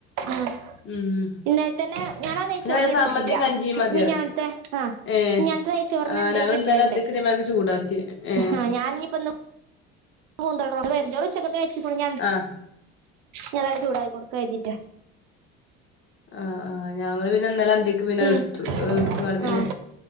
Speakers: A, on the right (about 65°); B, on the left (about 40°).
A: ആ
B: ഉം
A: ഇന്നലെത്തന്നെ ഞാനാ നെയ്ച്ചോറൊന്ന്
B: പിന്നെ വല്ല
A: എടുത്തിട്ടില്ല
B: സമ്മന്തിയും കഞ്ചിയും മതി
A: മിനിങ്ങാന്നത്തെ
B: പറയും
A: ആഹ്
B: ഏ
A: മിനിങ്ങാത്തെ നെയ്ച്ചോറിനെന്റെ
B: ആ ഞങ്ങൾ
A: ഫ്രിഡ്ജിലുണ്ട്
B: ഇന്നലെ അന്തിക്ക് ഇതേമാതിരി ചൂടാക്കി ഏ
A: ആ ഞാൻ ഇനി ഇപ്പൊന്താ മൂന്തോണ്ട് വെറും ചോറ് ഉച്ചക്കത്തെ <unintelligible>
B: ആഹ്
A: ഞാനങ്ങട് ചൂടായി കൊടുക്ക എഴതീട്ട്
B: ആഹ് ആഹ് ഞങ്ങള് പിന്നെന്നലെ അന്തിക്ക് പിന്നെ അതെടുത്തു
A: ഉം
B: എടുത്തുന്നാണ് പിന്നെ
A: ആ